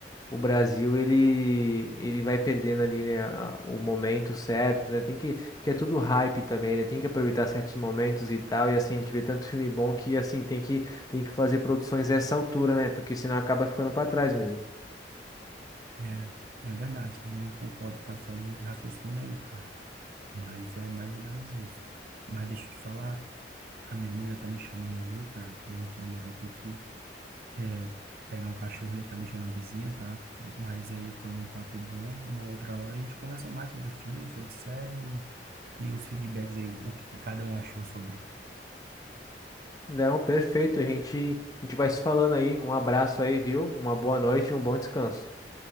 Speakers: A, on the left; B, on the right.
A: o Brasil ele ele vai perdendo ali, né, a- o momento certo, né? Tem que, porque é tudo hype também, né? Tem que aproveitar certos momentos e tal, e assim, a gente vê tanto filme bom que assim tem que tem que fazer produções a essa altura, né? Porque senão acaba ficando para trás mesmo.
B: É, é verdade, também concordo com essa linha de raciocínio aí, cara. Mas é mais ou menos isso. Mas deixa eu te falar, a minha mulher tá me chamando ali, cara, que né, a gente ainda vai ter que eh, pegar o cachorro ali que ela deixou na vizinha, tá? Mas aí foi um papo bom. Uma outra hora a gente conversa mais sobre filme, sobre série e, e os feedbacks aí, o que cada um achou sobre.
A: Não, perfeito, a gente a gente vai se falando aí. Um abraço aí, viu? Uma boa noite, e um bom descanso.